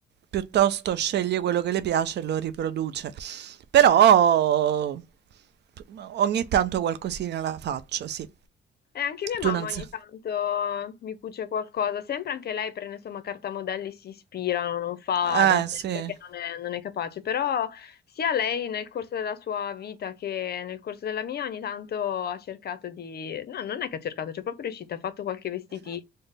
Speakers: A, on the right (about 60°); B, on the left (about 55°).
A: piuttosto sceglie quello che le piace e lo riproduce. Però ogni tanto qualcosina la faccio, sì.
B: E anche mia mamma
A: Tu non
B: ogni
A: sai.
B: tanto mi cuce qualcosa, sempre anche lei prende insomma cartamodelli, si ispirano, non fa
A: Eh,
B: da sé
A: sì,
B: perché non è, non è capace, però sia lei nel corso della sua vita che nel corso della mia ogni tanto ha cercato di... No, non è che ha cercato, cioè è proprio riuscita, ha fatto qualche vestitino,